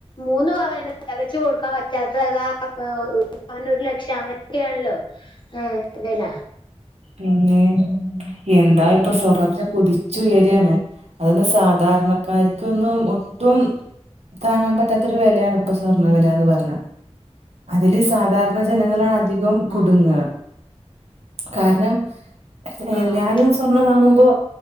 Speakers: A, on the left; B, on the right.
A: മൂന്ന് പവനന്നെ തികച്ച് കൊടുക്കാം പറ്റാത്താ താ <unintelligible> <unintelligible> പവന് ഒര് ലക്ഷ അങ്ങൻക്കെ ഏണല്ലോ മ് വെല
B: പിന്നെ എന്താ ഇപ്പം സ്വർണത്തിന് കുതിച്ചു ഉയര്ആണ് അതൊന്ന് സാധാ ധരണക്കാര്ക്ക് ഒന്നും ഒട്ടും താങ്ങാൻ പറ്റാത്തൊരു വിലയാണ് ഇപ്പൊ സ്വർണ്ണ വിലന്ന് പറഞ്ഞ അതില് സാധാരണ ജനങ്ങളാണ് അധികം കുടുങ്ങ്
A: ആഹ്
B: കാരണം
A: ആഹ്
B: എല്ലാരും സ്വർണം വങ്ങുമ്പോ